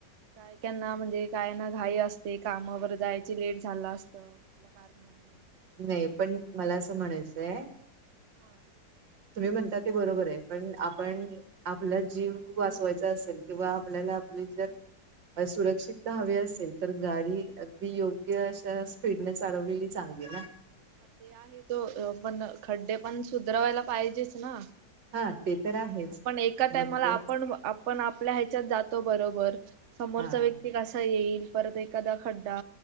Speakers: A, on the right; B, on the right.
A: काय त्यांना, म्हणजे काय ना घाई असते, कामावर जायची, लेट झालं असत. <unintelligible> आपला कारणाणे
B: नही, पण मला असं म्हणायचंय
A: हा.
B: तुम्ही म्हणता, ते बरोबर ये, पण आपण आपला जीव, वाचवायचा असेल किंवा आपल्याला आपली जर सुरक्षितता हवी असेल, तर गाडी अगदी योग्य अशा, स्पीडने चालवलेली चांगली ना?
A: ते आहे गं, पण खड्डे पण सुधरवायला, पाहिजेच ना?
B: हा ते तर आहेच
A: पण एका टाइमाला,
B: मग ते
A: आपण आप पण, आपल्या ह्याच्यात जातो बरोबर, समोरचा
B: हा
A: व्यक्ती कसा येईल, परत ए एखादा खड्डा,